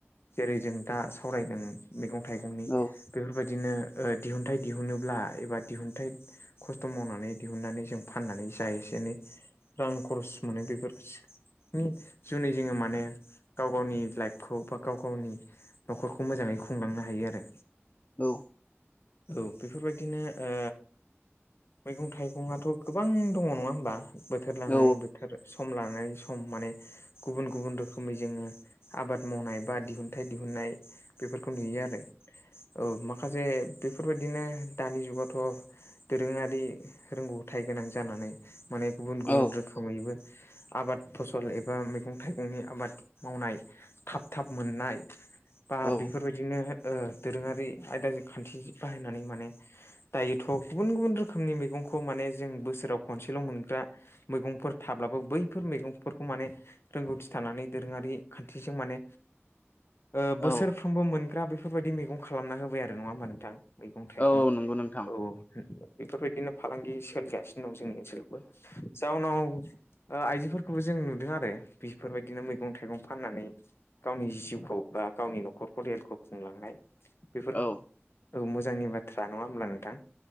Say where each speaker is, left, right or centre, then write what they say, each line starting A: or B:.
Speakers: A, on the left; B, on the left.
A: जेरै जों दा सावरायदों मैगं थाइगंनि
B: औ
A: बेफोरबायदिनो ओ दिहुनथाइ दिहुनोब्ला एबा दिहुनथाइ खस्ट' मावनानै दिहुननानै जों फाननानै जा एसे एनै रां खरस मोनो बेफोरस नि जुनै जोङो माने गाव गावनि लाइफखौ बा गाव गावनि न'खरखौ मोजाङै खुंलांनो हायो आरो।
B: औ।
A: औ बेफोरबायदिनो ओ मैगं थाइगंआथ' गोबां दङ' नङा होमबा? बोथोर लानानै
B: औ
A: बोथ सम लानानै सम माने गुबुन गुबुन रोखोमै जोङो आबाद मावनाय बा दिहुनथाइ दिहुननाय बेफोरखौ नुयो आरो औ माखासे बेफोरबायदिनो दानि जुगावथ' दोरोङारि रोंगौथाय गोनां जानानै माने गुबुन गुबुन
B: औ
A: रोखोमैबो आबाद फसल एबा मैगं-थाइगंनि आबाद मावनाय थाब थाब मोननाय
B: औ
A: बा बेफोरबायदिनो ओ दोरोङारि आयदाजों खान्थि बाहायनानै माने दायोथ' गुबुन गुबुन रोखोमनि मैगंखौ माने जों बोसोराव खनसेल' मोनग्रा मैगं फोर थाब्लाबो बैफोर मैगंफोरखौ माने रोंगौथि थानानै दोरोङारि खान्थिजों माने ओ
B: औ
A: बोसोरफ्रोमबो मोनग्रा बेफोरबायदि मैगं खालामना होबाय आरो नङा होमबा नोंथां? मैगं-थाइगं
B: औ नंगौ नोंथां
A: औ बेफोरबायदिनो फालांगि सोलिगासिनो दं जोंनि <unintelligible> जाउनाव ओ आइजोफोरखौबो जों नुदों आरो बेफोरबायदिनो मैगं-थाइगं फाननानै गावनि जिउखौ बा गावनि न'खर फरियालखौ खुंलांनाय बेफोर
B: औ
A: औ मोजांनि बाथ्रा नङा होमब्ला नोंथां?